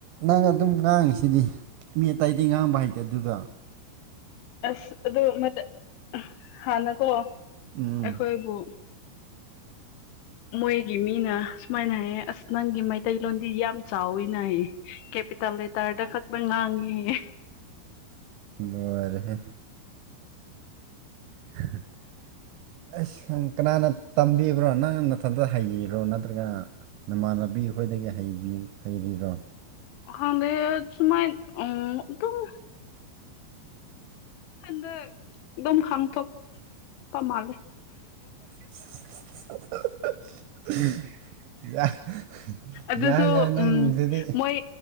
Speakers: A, on the right (about 75°); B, on the left (about 75°).
A: ꯅꯪ ꯑꯗꯨꯝ ꯉꯥꯡꯉꯤꯁꯤꯗꯤ꯫ ꯃꯤ ꯑꯇꯩꯗꯤ ꯉꯥꯡꯕ ꯍꯩꯇꯦ ꯑꯗꯨꯗ꯫
B: ꯑꯁ ꯑꯗꯨ ꯑꯃꯇ ꯍꯥꯟꯅꯀꯣ꯫
A: ꯎꯝ
B: ꯑꯩꯈꯣꯏꯕꯨ꯫ ꯃꯣꯏꯒꯤ ꯃꯤꯅ ꯁꯨꯃꯥꯏꯅ ꯍꯥꯏꯌꯦ ꯑꯁ ꯅꯪꯒꯤ ꯃꯩꯇꯩꯂꯣꯟꯗꯤ ꯌꯥꯝ ꯆꯥꯎꯏꯅ ꯍꯥꯏꯌꯦ꯫ ꯀꯦꯄꯤꯇꯦꯜ ꯂꯦꯇꯔꯗ ꯈꯛꯇ ꯉꯥꯡꯉꯦꯌꯦ
A: ꯂꯣꯏꯔꯦꯍꯦ꯫ <unintelligible> ꯑꯁ ꯈꯪ ꯀꯅꯥꯅ ꯇꯝꯕꯤꯕ꯭ꯔꯣ ꯅꯪ ꯅꯊꯟꯗ ꯍꯩꯔꯣ ꯅꯠꯇ꯭ꯔꯒ ꯅꯃꯥꯟꯅꯕꯤ ꯍꯣꯏꯗꯒꯤ ꯍꯩꯔꯤ ꯍꯩꯔꯤꯔꯣ꯫
B: ꯈꯪꯗꯦ ꯁꯨꯃꯥꯏ ꯎꯝ ꯑꯗꯨꯝ ꯏꯊꯟꯗ ꯑꯗꯨꯝ ꯈꯪꯊꯣꯛꯄ ꯃꯥꯜꯂꯤ꯫
A: <unintelligible>
B: ꯑꯗꯨꯁꯨ
A: ꯌꯥꯏ ꯌꯥꯏ ꯅꯪꯁꯤꯗꯤ
B: ꯎꯝ ꯃꯣꯏ